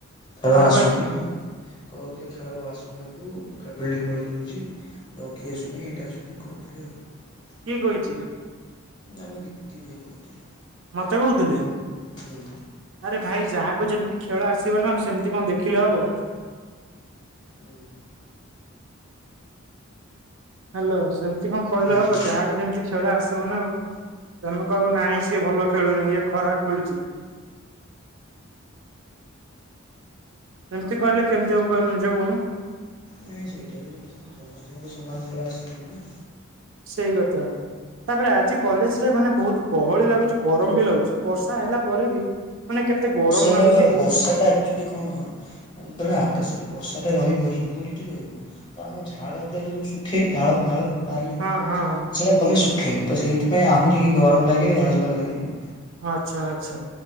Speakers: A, on the left (about 20°); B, on the right (about 60°).
A: ଖେଳ
B: କଣ
A: ଆସୁନି।
B: କହିଛି
A: କହୁଥିଲେ ଖେଳ ଆଉ ଆସୁନି ତାକୁ ଖାଲି ଫିଲ୍ଡିଙ୍ଗ ଗଳେଇ ଦଉଛି। ଜଗି ଆସୁନି ଏଇଟା ଆସୁନି କହୁଥିଲେ ଆଉ।
B: କିଏ କହିଛି?
A: ନା ମୁଁ ଦୀପ୍ତି ଭାଇ କହୁଥିଲେ।
B: ମତେ କହୁଥିଲେ?
A: ହୁଁ।
B: ଆରେ ଭାଇ ଯାହାକୁ ଯେମିତି ଖେଳ ଆସିବ ନା ସେମିତି କଣ ଦେଖିଲେ ହବ।
A: ହୁଁ।
B: ହ୍ୟାଲୋ ସେମିତି କଣ କହିଲେ
A: ହୁଁ
B: ହବ ଯାହାକୁ ଯେମିତି ଖେଳ ଆସିବ ନା ଆଉ ତମେ କହିବ ନାଇଁ ସିଏ ଭଲ ଖେଳୁନି ଇଏ ଖରାପ ଖେଳୁଛି। ଏମିତି କହିଲେ କେମିତି ହବ କହିଲୁ ନିଜେ କହୁନୁ।
A: ନାଇଁ ସେଇଟା ବି ଜଣକୁ ସମସ୍ତଙ୍କୁ ତ ସମାନ ଖେଳେ ଆସିନି ନା।
B: ସେଇ କଥା। ତାପରେ ଆଜି କଲେଜ ରେ ମାନେ ବହୁତ ଗହଳି ଲାଗୁଛି ଗରମ ବି ଲାଗୁଛି ବର୍ଷା ହେଲା ପରେ ବି ମାନେ କେତେ
A: ବର୍ଷା
B: ଗରମ ଲାଗୁଛି
A: କାଳିଆ ବର୍ଷା ଟା ଆକ୍ଚୁଲି କଣ ଯେତେବେଳେ ଆକାଶରେ ବର୍ଷାଟା ରହିବ ହ୍ୟୁମିଡିଟି ରହିବ। ତ ଆମ ଝାଳା ଟା ଯୋଉ ଶୁଖେ ଝାଳ ଝାଳ। ବାହାରିଲେ
B: ହଁ ହଁ ହଁ
A: ସେଇଟା ଭଲରେ ଶୁଖେନି ତ ସେଇଥିପାଇଁ ଆହୁରି ଗରମ ଲାଗେ ଝାଳ ଝାଳ ଲାଗେ ଏମିତି।
B: ଆଚ୍ଛା ଆଚ୍ଛା